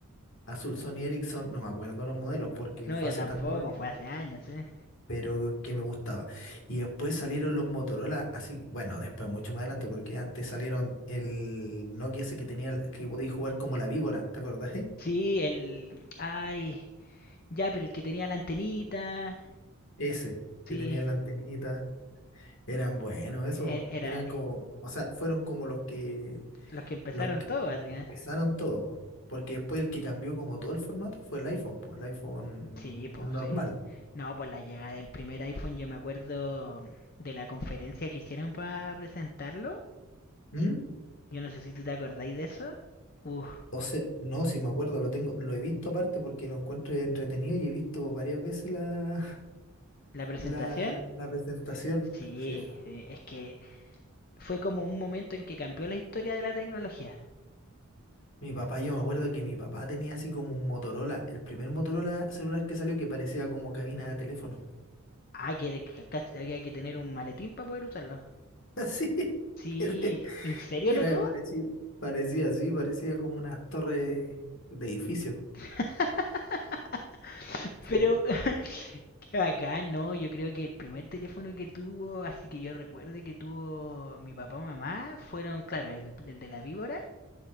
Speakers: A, on the left; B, on the left.
A: Azul Sony Ericsson, no me acuerdo los modelos porque
B: No,
A: fue
B: yo
A: hace
B: tampoco,
A: tantos años,
B: fue hace años, ¿eh?
A: pero que me gustaba. Y después salieron los Motorola, así, bueno, después mucho más adelante, porque antes salieron el Nokia ese que tenía, que podía jugar como la víbora, ¿te acordás? <laughs>
B: Sí, el... Ay, ya, pero el que tenía la antenita.
A: Ese,
B: Sí,
A: que tenía la antenita. Eran buenos, eso.
B: e- era
A: Eran como,
B: eh,
A: o sea, fueron como los que,
B: los que empezaron
A: los que
B: todo,
A: em,
B: básicamente.
A: empezaron todo. po. Porque después el que cambió como todo el formato fue el iPhone, pues, el iPhone
B: Sí, pues
A: normal.
B: sí. No, pues la llegada del primer iPhone, yo me acuerdo de la conferencia que hicieron para presentarlo.
A: ¿Mm?
B: Yo no sé si tú te acordáis de eso. Uf,
A: O sea, no, si me acuerdo, lo tengo, lo he visto aparte porque lo encuentro entretenido y he visto varias veces la, <laughs>
B: La presentación,
A: la, la presentación.
B: sí,
A: Sí.
B: sí, es que fue como un momento en que cambió la historia de la tecnología.
A: Mi papá, yo me acuerdo que mi papá tenía así como un Motorola, el primer Motorola celular que salió que parecía como cabina de teléfono.
B: Ah, que, que casi había que tener un maletín para poder usarlo.
A: <laughs> Así.
B: Sí,
A: <laughs>
B: ¿en serio
A: que
B: lo
A: era
B: tuvo?
A: parecía, parecía así, parecía como unas torres de edificios.
B: <laughs>
A: Sí.
B: Pero <laughs> qué bacán, no, yo creo que el primer teléfono que tuvo, así que yo recuerde que tuvo mi papá o mamá, fueron, claro, el, el de la víbora,